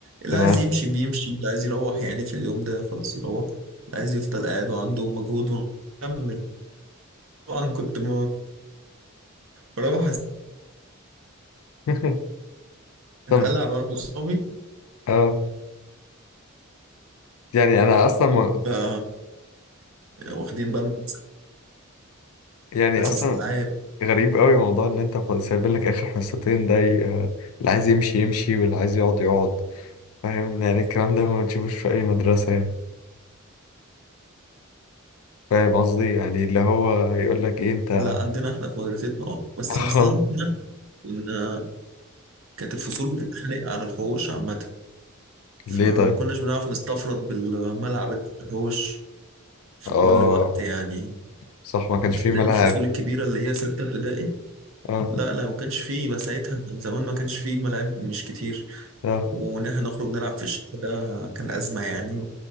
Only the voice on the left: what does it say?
تمام
<laughs> طب
اه يعني أنا أصلا ما-
يعني
اصلا
غريب قوي موضوع ان انت ف- سايبين لك اخر حصتين ده ي- اللي عايز يمشي يمشي واللي عايز يقعد يقعد فاهم يعني الكلام ده ما بتشوفوش في اي مدرسة يعني فاهم قصدي يعني اللي هو يقول لك ايه انت
<laughs>
اه
ليه
طيب
اه
صح ما كانش
فيه
ملاعب
اه
اه